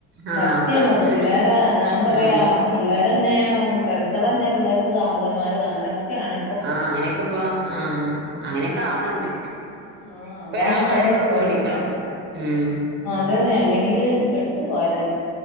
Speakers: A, on the right; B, on the left.
A: ആഹ്
B: സത്യാണത്
A: ഒക്കെ
B: പിള്ളേരെ
A: ഒരു
B: ഞാൻ പറയാ
A: ആഹ്
B: പിള്ളേരെന്നെ ഫ്രണ്ട്സാള് തന്നെ പിള്ളേർക്ക് കാമുകന്മാരും അങ്ങനെയൊക്കെയാണ്
A: ആ അങ്ങനെയൊക്കെ പോവ ആ അങ്ങനെയൊക്കെ ആവണണ്ട്
B: ആഹ്
A: ഇപ്പ
B: അതാണ്
A: എല്ലാ
B: ഇപ്പത്തെ
A: കാര്യങ്ങളും
B: പ്രശ്നം
A: പേടിക്കണം ഉം
B: അതന്നെ അല്ലെങ്കില് പെട്ടു പോയതന്നെ